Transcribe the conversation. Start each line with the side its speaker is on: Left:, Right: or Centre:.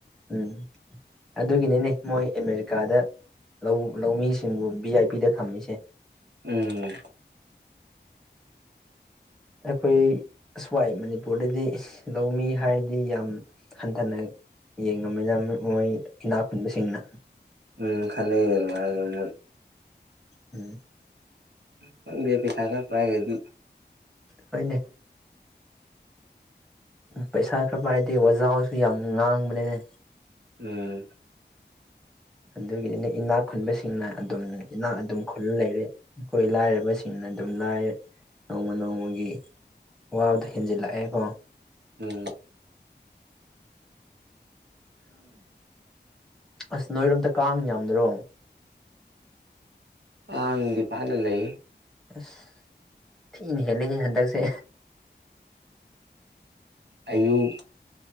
Centre: ꯎꯝ ꯑꯗꯨꯒꯤꯅꯤꯅꯦ ꯃꯣꯏ ꯑꯃꯦꯔꯤꯀꯥꯗ ꯂꯧꯃꯤꯁꯤꯡꯕꯨ ꯚꯤ ꯑꯥꯏ ꯄꯤꯗ ꯊꯝꯃꯤꯁꯦ
Right: ꯎꯝ
Centre: ꯑꯈꯣꯏ ꯑꯁꯋꯥꯏ ꯃꯅꯤꯄꯨꯔꯗꯗꯤ ꯂꯧꯃꯤ ꯍꯥꯏꯔꯗꯤ ꯌꯥꯝ ꯍꯟꯊꯅ ꯌꯦꯡꯉꯝꯃꯤꯅ ꯃꯣꯏ ꯏꯅꯥꯛ ꯈꯨꯟꯕꯁꯤꯡꯅ
Right: ꯎꯝ ꯈꯅꯩ ꯑꯗꯨꯃꯥꯏꯗꯨꯝ ꯃꯣꯏ
Centre: ꯎꯝ
Right: ꯈꯪꯗꯦ ꯄꯩꯁꯥ ꯈꯔ ꯄꯥꯏꯒꯗꯨ
Centre: ꯍꯣꯢꯅꯦ ꯄꯩꯁꯥ ꯈꯔ ꯄꯥꯏꯔꯗꯤ ꯋꯥꯖꯥꯎꯁꯨ ꯌꯥꯝ ꯉꯥꯡꯕꯅꯦꯍꯦ
Right: ꯎꯝ
Centre: ꯑꯗꯨꯒꯤꯅꯤꯅꯦ ꯏꯅꯥꯛ ꯈꯨꯟꯕꯁꯤꯡꯅ ꯑꯗꯨꯝ ꯏꯅꯥꯛ ꯑꯗꯨꯝ ꯈꯨꯜꯂ ꯂꯩꯔꯦ ꯑꯩꯈꯣꯏ ꯂꯥꯏꯔꯕꯁꯤꯡꯅ ꯑꯗꯨꯝ ꯑꯗꯨꯝ ꯂꯥꯏꯔꯦ ꯅꯣꯡꯃ ꯅꯣꯡꯃꯒꯤ ꯋꯥꯕꯗꯣ ꯍꯦꯟꯖꯤꯜꯂꯛꯑꯦꯀꯣ
Right: ꯎꯝ
Centre: ꯑꯁ ꯅꯣꯏꯔꯣꯝꯇ ꯀꯥꯡ ꯌꯥꯝꯗ꯭ꯔꯣ
Right: ꯀꯥꯡꯗꯤ ꯐꯖꯅ ꯂꯩꯌꯦ
Centre: ꯑꯁ ꯊꯤꯅ ꯍꯦꯜꯂꯦꯁꯦ ꯍꯟꯗꯛꯁꯦ
Right: ꯑꯌꯨꯛ